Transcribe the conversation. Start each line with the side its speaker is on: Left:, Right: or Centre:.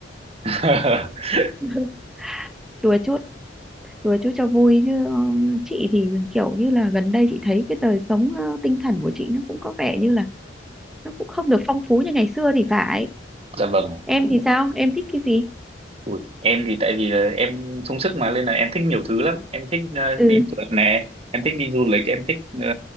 Right: <laughs>
Centre: <laughs> đùa chút đùa chút cho vui chứ ờ, chị thì kiểu như là gần đây chị thấy cái đời sống ờ, tinh thần của chị nó cũng có vẻ như là nó cũng không được phong phú như ngày xưa thì phải
Right: Dạ vâng.
Centre: em thì sao em thích cái gì
Right: Ui, em thì tại vì là em sung sức mà nên là em thích nhiều thứ lắm. Em thích ờ,
Centre: ừ
Right: đi phượt nè, em thích đi du lịch, em thích ờ,